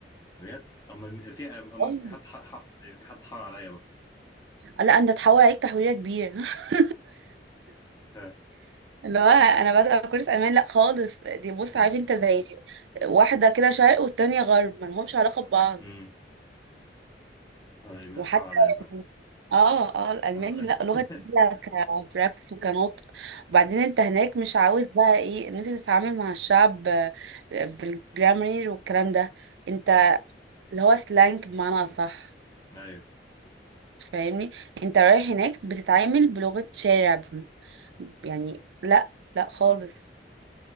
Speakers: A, on the left; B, on the right.
A: بجد اما في أما
B: والله.
A: في حد ح- ح- في حد حار عليا بقى
B: لا انت تحول عليك تحويره كبير <laughs>
A: <laughs>
B: اللي هو انا بادئه كورس امان لا خالص دي بص
A: ف- م-
B: عارف انت زي واحده كده شرق والتانية غرب ما لهمش علاقه ببعض
A: م. آه، يبقى
B: وحتى
A: حد حار عليا بقى
B: يعني اه اه الالماني
A: آه.
B: لا لغه
A: <laughs>
B: تقيله كبراكتس وكنطق وبعدين انت هناك مش عاوز بقى ايه ان انت تتعامل مع الشعب آه، بالجرامر والكلام ده انت اللي هو سلانج بمعنى اصح
A: ايوه
B: فاهمني انت رايح هناك بتتعامل بلغه شارع ب- يعني لا لا خالص